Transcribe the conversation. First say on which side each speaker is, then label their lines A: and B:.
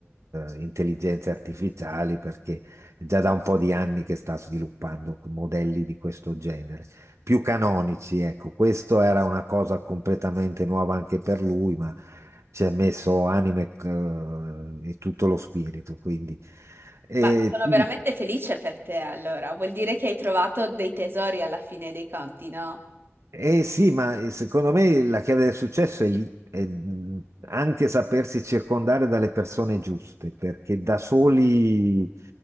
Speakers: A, on the right; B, on the right.
A: eh, intelligenze artificiali, perché è già da un po' di anni che sta sviluppando modelli di questo genere, più canonici, ecco, questo era una cosa completamente nuova anche per lui, ma ci ha messo anime eh, e tutto lo spirito, quindi... E
B: Ma sono
A: ti
B: veramente
A: dico,
B: felice per te, allora. Vuol dire che hai trovato dei tesori alla fine dei conti, no?
A: Eh sì, ma eh, secondo me la chiave del successo è lì, è mh, anche sapersi circondare dalle persone giuste, perché da soli,